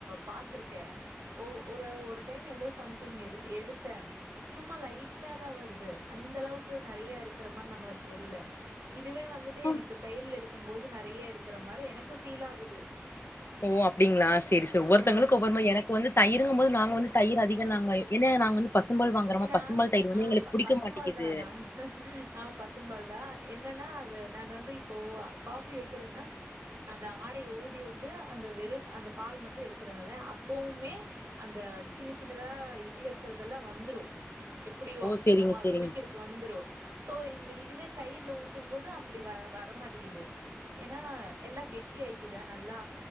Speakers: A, on the right; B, on the left.
A: பாத்திருக்கே ஒவ் ஒரு ஒரு டைம் ஏதோ சம்திங் இது எடுத்தே சும்மா லைட்டா தா வருது அந்த அளவுக்கு நெறைய இருக் க்குற மாரி நம்மளுக் தெரில இதுவே வந்துட்டு
B: ஆ.
A: எனக்கு தயிர்ல எடுக்கும் போது வந்து நெறைய இருக்குற மாரி எனக்கு ஃபீல் ஆகுது
B: ஓ அப்டிங்களா சேரி சே ஒவ்வொருத்தவங்கக்கு
A: ஆ
B: ஒவ்வொரு மாரி எனக்கு வந்து தயிர் அப்டிங்கும் போது நாங்க வந்து தயிர் அதிகோ நாங்க எ ஏன்ன நாங்க வந்து பசும்பால் வாங்குறோமா
A: ஏன்னா
B: பசும்பால் தயிர் வந்து
A: அ
B: எங்களுக்கு
A: ப
B: புடிக்க
A: பசும்பால்
B: மாட்டேங்குது
A: தா நா அ பசும்பால் தா என் என்னன்னா அது நானு வந்து இப்போ காஃபி வெக்கிறேன்னா அந்த ஆடைய ஊதி உட்டு அந்த வெறு அந்த பால் மட்டு எடுக்குறேன்ல அப்பவுமே அந்த அ சின்ன சின்னதா இதுல இருக்கறதெல்லா வந்துரு எப்படியோ
B: ஓ சேரிங்க
A: நம்ம
B: சேரிங்க
A: குடிக்கிறக்கு வந்துரும் சோ இந்த இதுவே தயிர்ல ஊத்தும் போது அப்டி வ வரமாட்டிகிது ஏன்னா எல்லா கெட்டி ஆயிக்கிதா நல்லா